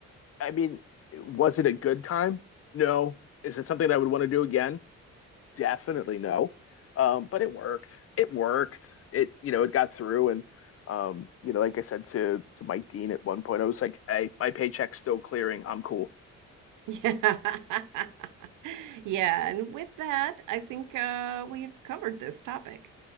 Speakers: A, on the left; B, on the right.
A: I mean, was it a good time? No. Is it something I would want to do again? Definitely no. Um, but it worked. It worked. It, you know, it got through and um, you know, like I said to to Mike Dean at one point, I was like, "Hey, my paycheck's still clearing. I'm cool."
B: <laughs> yeah, yeah. And with that, I think uh, we've covered this topic.